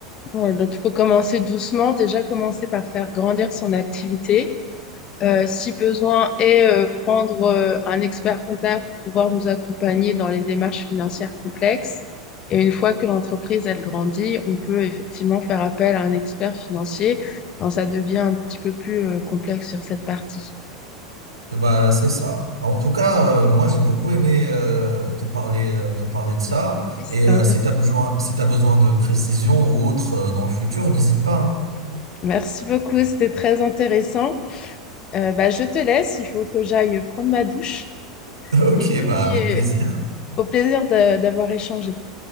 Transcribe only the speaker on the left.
Ouais, donc, il faut commencer doucement, déjà commencer par faire grandir son activité. euh, si besoin, et euh, prendre euh, un expert comptable pour pouvoir nous accompagner dans les démarches financières complexes. Et une fois que l'entreprise, elle grandit, on peut effectivement faire appel à un expert financier quand ça devient un petit peu plus euh, complexe sur cette partie.
Oui, c'était
intéressant.
Merci beaucoup, c'était très intéressant. Euh, bah, je te laisse, il faut que j'aille prendre ma douche.
Et
puis,
euh,
au plaisir de- d'avoir échangé.